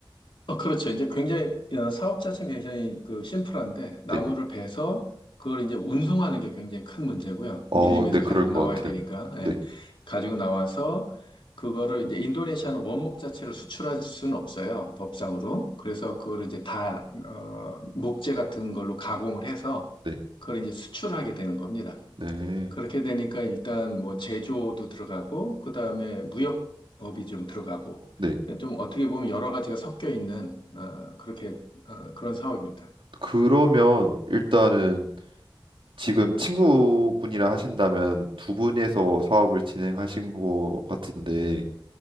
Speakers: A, on the left; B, on the right.
A: 어, 그렇죠. 이제 굉장히, 어, 사업 자체는 굉장히 그 심플한데, 나무를
B: 네.
A: 베서 그걸 이제 운송하는 게 굉장히 큰 문제고요.
B: 어,
A: 밀림에서
B: 네, 그럴
A: 가지고
B: 것
A: 나와야
B: 같아요.
A: 되니까, 예.
B: 네.
A: 가지고 나와서 그거를 이제 인도네시아는 원목 자체를 수출할 수는 없어요. 법상으로. 그래서 그거를 이제 다, 어, 목재 같은 걸로 가공을 해서
B: 네.
A: 그걸 이제 수출하게 되는 겁니다.
B: 네.
A: 그렇게 되니까 일단 뭐 제조도 들어가고, 그 다음에 무역업이 좀 들어가고,
B: 네.
A: 좀 어떻게 보면 여러 가지가 섞여 있는, 어, 그렇게, 어, 그런 사업입니다.
B: 그러면 일단은 지금 친구분이랑 하신다면 두 분에서 사업을 진행하신 것 같은데